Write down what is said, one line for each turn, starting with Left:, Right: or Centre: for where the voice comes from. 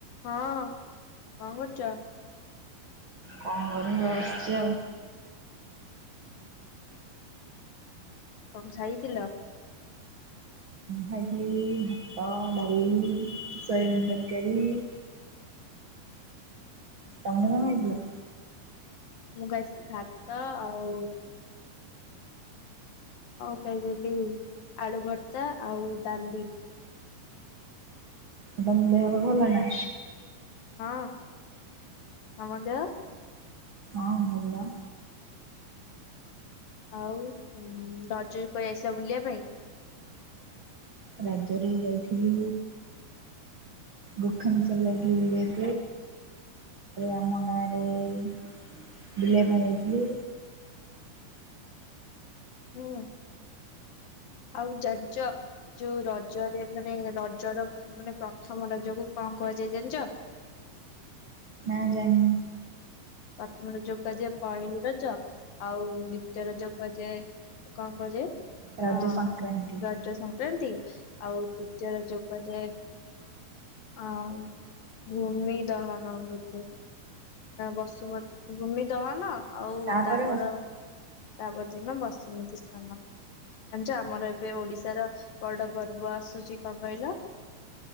Left: ହଁ କଣ କରୁଚ
Right: କଣ କରିବି ବସିଛି ଆଉ
Left: କଣ ଖାଇଥିଲ?
Right: ଭାଜଲି ଭାତ ଡାଲି ସୟାବି ତରକାରୀ।
Left: <inaudible>
Right: ତମେ କଣ
Left: ମୁଁ
Right: ଆଇଥିଲ
Left: ମୁଁ ଖାଇଥିଲି ଭାତ ଆଉ ଆଉ ଖାଇଦେଲି ଆଳୁ ଭର୍ତା ଆଉ ଡାଲି।
Right: ଆଉ ତମ ଦେହ ଭଲ ନା?
Left: ହଁ ତମ ଦେହ?
Right: ହଁ ଭଲ।
Left: ଆଉ ରଜ ରେ କୁଆଡ଼େ ଯାଇଥିଲ ବୁଲିବା ପାଇଁ?
Right: ରାଜରେ ଯାଇଥିଲି <unintelligible> ତାପରେ ଆମ ଗାଁରେ ବୁଲିବା ପାଇଁ ଯାଇଥିଲି।
Left: ହୁଁ ଆଉ ଜାନଚ ଯୋଉ ରଜରେ ମାନେ ରଜ ର ମାନେ ପ୍ରଥମ ରଜକୁ କଣ କୁହାଯାଏ ଜାଣିଚ?
Right: ନା ଜାଣିନି।
Left: ପ୍ରଥମ ରଜ କୁ କୁହାଯାଏ ପହିଲି ରଜ ଆଉ ଦ୍ଵିତୀୟ ରଜ କୁହାଯାଏ କଣ କୁଆଯାଏ?
Right: ରଜ
Left: ହଁ
Right: ସଂକ୍ରାନ୍ତି
Left: ରଜ ସଂକ୍ରାନ୍ତି ଆଉ ତୃତୀୟ ରଜ କୁ କୁଆଯାଏ ଆ ଭୂମି ଦହନ ବୋଧେ ବସୁ ଭୂମି ଦହନ ଆଉ
Right: ତାପରେ
Left: ତାପର ତା ପର ଦିନ ବସୁମତୀ ସ୍ନାନ। ଜାଣିଚ ଆମର ଏବେ ଓଡିଶାର ବଡ ପର୍ବ ଆସୁଛି କଣ କଇଲ?